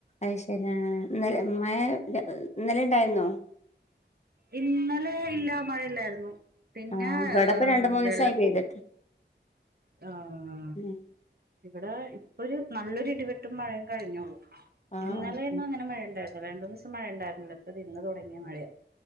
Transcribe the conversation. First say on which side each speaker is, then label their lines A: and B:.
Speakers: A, on the left; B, on the right.
A: അത്ശരി ആഹ ഇന്നലെ മഴ ഇന്നലെ ണ്ടായിരുന്നോ
B: ഇന്നലെ ഇല്ല മഴയില്ലായിരുന്നു പിന്നെ
A: ആഹ് ഇവിടെപ്പ രണ്ട് മൂന്ന്
B: വെള്ളം
A: ദിവസായി പെയ്തിട്ട്
B: ആഹ
A: ഉം
B: ഇവിടെ ഇപ്പൊരു നല്ലൊരു ഇടിവെട്ടും മഴയും കഴിഞ്ഞുള്ളൂ
A: ആഹ്
B: ഇന്നലെന്നും
A: ഓക്കെ
B: അങ്ങനെ മഴയുണ്ടായിരുന്നില്ല രണ്ടുമൂന്നീസം മഴ ണ്ടായിരുന്നില്ല ഇപ്പതേ ഇന്ന് തുടങ്ങിയ മഴയാ.